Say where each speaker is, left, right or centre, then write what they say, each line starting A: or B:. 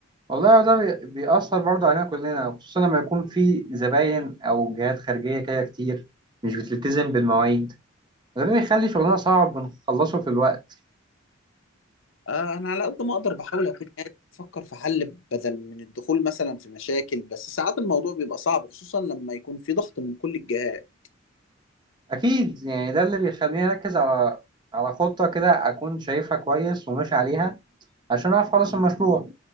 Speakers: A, on the right; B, on the left.
A: والله ده بي- بيأثر برضو علينا كلنا خصوصا لما يكون في زباين أو جهات خارجية كده كتير مش بتلتزم بالمواعيد ده اللي بيخلي شغلنا صعب بنخلصه في الوقت
B: آه، انا على قد ما اقدر بحاول اكون قاعد بفكر في حل بدل من الدخول مثلا في مشاكل بس ساعات الموضوع بيبقى صعب خصوصا لما يكون في ضغط من كل الجهات
A: أكيد يعني ده اللي بيخليني أركز على على خطة كده أكون شايفها كويس وماشي عليها عشان أعرف أخلص المشروع